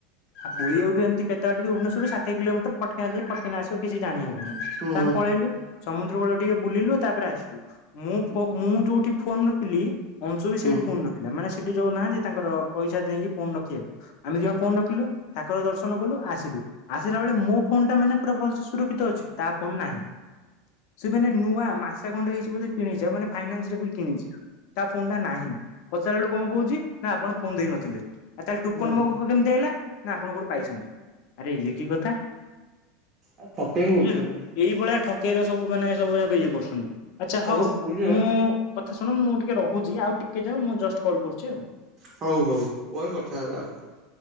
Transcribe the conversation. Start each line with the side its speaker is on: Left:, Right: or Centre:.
Right: ହୁଁ
Left: ଆ ପୁରୀ ଏଇଠୁ ଏମତି କେତେ ବାଟ କି ଭୁବନେଶ୍ୱରରୁ ଷାଠିଏ କିଲୋମିଟର ପଟ୍ କି ନା ଯାଇ ପଟ୍ କିନା ଆସିବ କିଛି ଜଣିହ
Right: ହୁଁ
Left: ତାମ୍ ପଳେଇଲୁ ସମୁଦ୍ର କୂଳ ଟିକେ ବୁଲିଲୁ ତାପରେ ଆସିଲୁ ମୁଁ
Right: ହୁଁ
Left: ମୁଁ ଯୋଉଠି ଫୋନ ରଖିଲି ଅଂଶୁ ବି
Right: ହୁଁ
Left: ସେଇଠି
Right: ହୁଁ
Left: ଫୋନ ରଖିଲା ମାନେ ସେଠି ଯୋଉ ନାହାନ୍ତି ତାଙ୍କର ପଇସା ଦେଇକି ଫୋନ ରଖିବାକୁ ଆମେ ଦି ଜଣ ଫୋନ ରଖିଲୁ ଠାକୁର ଦର୍ଶନ କଲୁ ଆସିଲୁ। ଆସିଲା ବେଳେ ମୋ ଫୋନ ଟା ମାନେ ପୁରା ଭଲସେ ସୁରକ୍ଷିତ ଅଛି ତା ଫୋନ ନାହିଁ। ସେ ମାନେ ନୂଆ ମାସେ ଖଣ୍ଡେ ହେଇଚି ବୋଧେ କିଣିଚି ଆଉ ମାନେ ଫାଇନାନ୍ସ ରେ ବି କିଣିଚି। ତା ଫୋନ ଟା ନାହିଁ ପଚାରିଲା ବେଳୁ କଅଁ କୋଉଚି ନା ଆପଣ ଫୋନ ଦେଇନଥିଲେ। ଆଉ ତାହେଲେ ଟୁକନ
Right: ହୁଁ
Left: ମୋ ପାଖକୁ କେମିତି ଆଇଲା ନା ଆପଣ କୋଉଠି ପାଇଚ଼ନ୍ତି ଆରେ ଇଏ କି କଥା?
Right: ଆ ପକେଇି
Left: ବୁଝିଲୁ
Right: ଉଠୁନୁ।
Left: ଏଇଭଳିଆ ଠକେଇର ସବୁ ମାନେ ସବୁ ଯାକ ଇଏ କରୁଚ଼ନ୍ତି ଆଚ୍ଛା
Right: ତାପରେ
Left: ହଉ
Right: ପୁରୀରେ
Left: ମୁଁ କଥା ଶୁଣ ମୁଁ ଟିକେ ରହୁଛି ଆଉ ଟିକେ ଯାଉ ମୁଁ ଜଷ୍ଟ କଲ୍ କରୁଚି ଆଉ
Right: ହଉ ହଉ ପରେ କଥା ହେବା ଆଉ